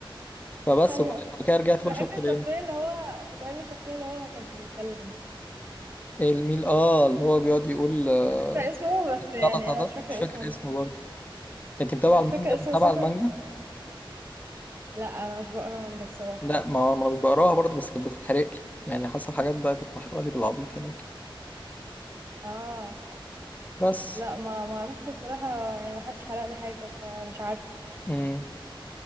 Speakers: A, on the right; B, on the left.
A: <laughs>
B: فبس
A: أيوه
B: وبعد كده رجعت
A: كنت
B: بقى
A: بحب
B: شفت
A: الشخصية
B: العلم
A: اللي هو كنت بحب الشخصية اللي هو ما كانش بيتكلم
B: الميل اه اللي هو بيقعد يقول آه،
A: فاكرة اسمه بس
B: السلطة
A: يعني أنا
B: ده
A: مش فاكرة
B: مش فاكر
A: اسمه
B: اسمه
A: بس.
B: برضه انت متابعة
A: أنا مش
B: المانجا
A: فاكرة اسمه
B: متابعة
A: ساكر
B: المانجا
A: لا أنا مش بقرا مانجا الصراحة
B: لا ما هو انا مش بقراها برضه بس كانت بتتحرق لي يعني حصل حاجات بقى كانت محروقة لي بالعبيط هناك
A: اه
B: بس
A: لا ما ما اعرفش الصراحه يعني ما حدش حرق لي حاجه فمش عارف
B: امم